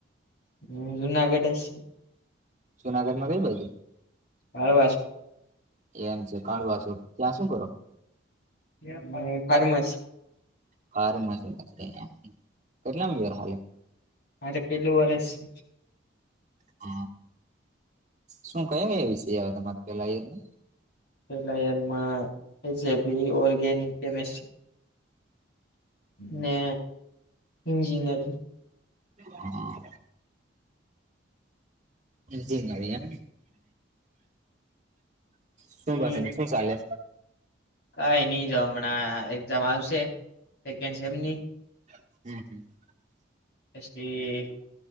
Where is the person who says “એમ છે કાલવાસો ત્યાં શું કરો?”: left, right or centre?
Right